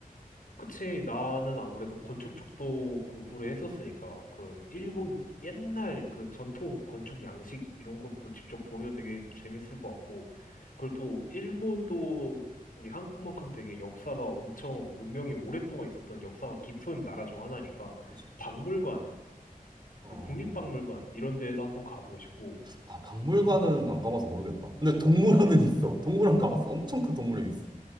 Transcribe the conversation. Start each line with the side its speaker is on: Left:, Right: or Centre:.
Left: 그치, 나는 아무래도 건축 쪽도 공부를 했었으니까, 그런 일본
Right: 음,
Left: 옛날 그 전통 건축 양식 이런 것도 직접 보면 되게 재밌을 것 같고, 그리고 또 일본도 우리 한국만큼 되게 역사가 엄청 문명이 오랫동안 있었던 역사가 깊은 나라 중 하나니까,
Right: 그치.
Left: 박물관,
Right: 어,
Left: 그 국립박물관 이런 데에도 한번 가보고 싶고,
Right: 아, 박물관은 안 가봐서 모르겠다. 근데 동물원은
Left: 그러니까.
Right: <laughs> 있어. 동물원 가봤어. 엄청 큰 동물원 있어.